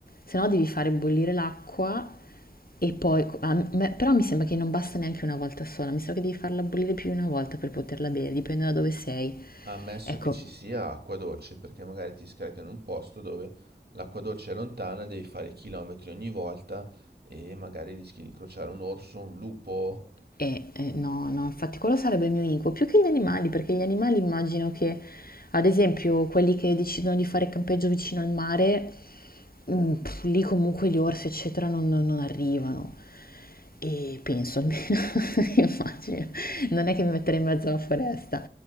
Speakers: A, on the left; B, on the right.
A: se no devi fare bollire l'acqua e poi, a me- però mi sembra che non basta neanche una volta sola, mi sa che devi farla bollire più di una volta per poterla bere, dipende da dove sei.
B: Ammesso
A: Ecco,
B: che ci sia acqua dolce, perché magari ti scarica in un posto dove l'acqua dolce è lontana, devi fare chilometri ogni volta e magari rischi di incrociare un orso, un lupo.
A: E, eh, no, no, infatti quello sarebbe il mio incubo, più che gli animali, perché gli animali immagino che, ad esempio, quelli che decidono di fare campeggio vicino al mare, mm, pff, lì comunque gli orsi, eccetera, non, non- non arrivano. E penso almeno, <laughs> immagino, non è che mi metterei in mezzo alla foresta.